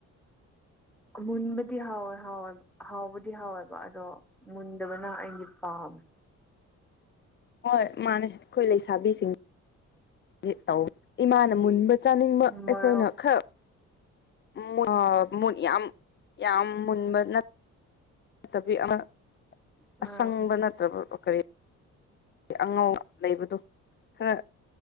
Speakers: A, in the centre; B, on the left (about 35°).
A: ꯑꯃꯨꯟꯕꯗꯤ ꯍꯥꯎꯋꯦ ꯍꯥꯎꯋꯦ ꯍꯥꯎꯕꯨꯗꯤ ꯍꯥꯎꯋꯦꯕ ꯑꯗꯣ ꯃꯨꯟꯗꯕꯅ ꯑꯩꯗꯤ ꯄꯥꯎ <unintelligible>
B: ꯍꯣꯏ ꯃꯥꯅꯦ ꯑꯩꯈꯣꯏ ꯂꯩꯁꯥꯕꯤꯁꯤꯡ ꯗꯤ ꯇꯧ ꯏꯃꯥꯅ ꯃꯨꯟꯕ ꯆꯥꯅꯤꯡꯕ ꯑꯩꯈꯣꯏꯅ
A: ꯃꯣꯔꯣꯛ
B: ꯈꯔ ꯃꯨ ꯑ ꯃꯨ ꯌꯥꯝ ꯌꯥꯝ ꯃꯟꯕꯅꯠ ꯅꯠꯇꯕꯤ ꯑꯃ
A: ꯑꯥ
B: ꯑꯁꯪꯕ ꯅꯠꯇ꯭ꯔꯕ ꯀꯔꯤ ꯑꯉꯥꯎ ꯂꯩꯕꯗꯣ ꯈꯔ